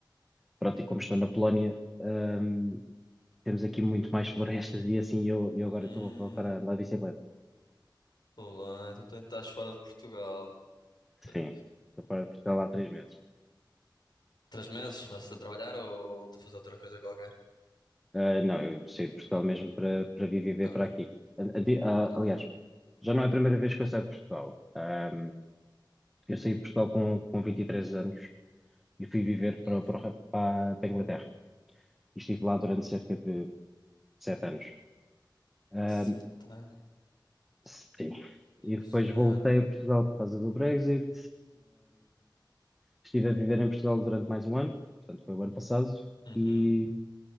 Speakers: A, in the centre; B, on the left.
A: pronto, e como estou na Polónia, hum, temos aqui muito mais florestas e assim eu, eu
B: Hum,
A: agora estou a voltar a andar de bicicleta.
B: olá, então tu estás fora de Portugal. Pois.
A: Sim, estou fora Portugal há três meses.
B: Três meses? Mas a trabalhar ou a fazer outra coisa qualquer?
A: Ah, não, eu saí de Portugal mesmo para para vir viver
B: Ah,
A: para
B: ok.
A: aqui. An- Ante- ah,
B: Ah,
A: aliás, já não é a primeira vez que eu saio de Portugal. Ah, eu saí de Portugal com, com 23 anos e fui viver para,
B: hum.
A: para, o Re- para, para a Inglaterra. E estive lá durante cerca de sete anos. Ah,
B: Sete anos.
A: sim. E depois
B: Senhor.
A: voltei a Portugal por causa do Brexit. Estive a viver em Portugal durante mais um ano, portanto foi o ano passado,
B: Uhum.
A: e,